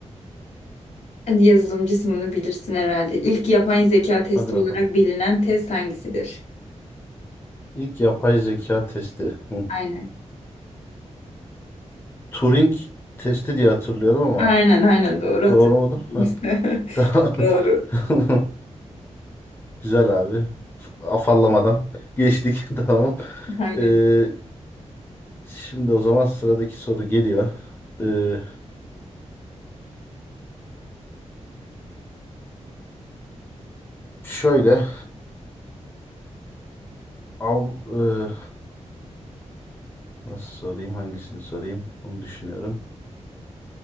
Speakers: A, on the left; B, on the left.
A: Hadi yazılımcısın bunu bilirsin herhalde. İlk yapay zeka testi
B: Hadi bakalım.
A: olarak bilinen test hangisidir?
B: İlk yapay zeka testi. Hı.
A: Aynen.
B: Turing testi diye hatırlıyorum ama
A: Aynen aynen doğru hatırlıyorum.
B: doğru mudur? Hı. <laughs> Tamam.
A: <laughs> Doğru.
B: <laughs> Güzel abi. F- Afallamadan <laughs> geçtik. <laughs> Tamam.
A: Aynen.
B: Ee, şimdi o zaman sıradaki soru geliyor. Ee, şöyle av, e, nasıl sorayım hangisini sorayım onu düşünüyorum.